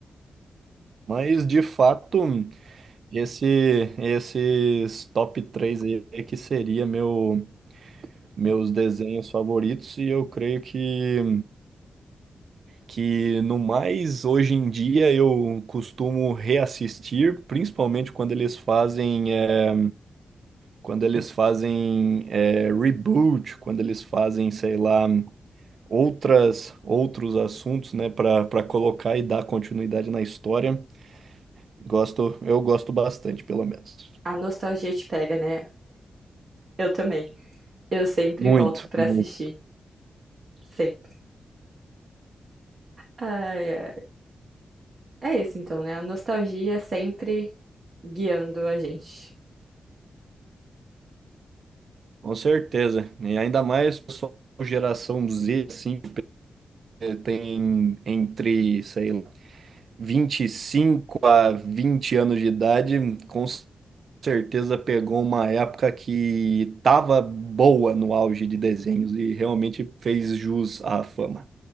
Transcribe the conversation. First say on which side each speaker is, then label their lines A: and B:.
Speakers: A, on the right; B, on the right.
A: Mas de fato. Esse, esses top 3 aí é que seria meu, meus desenhos favoritos, e eu creio que, que no mais hoje em dia eu costumo reassistir, principalmente quando eles fazem, eh, quando eles fazem eh, reboot, quando eles fazem, sei lá, outras, outros assuntos, né, para para colocar e dar continuidade na história. Gosto, eu gosto bastante, pelo menos.
B: A nostalgia te pega, né? Eu também. Eu sempre
A: Muito,
B: volto pra
A: muito.
B: assistir. Sempre. Ai, ai. É isso então, né? A nostalgia sempre guiando a gente.
A: Com certeza. E ainda mais o pessoal geração Z, assim, eh, tem entre, sei lá, 25 a 20 anos de idade, com certeza pegou uma época que tava boa no auge de desenhos e realmente fez jus à fama.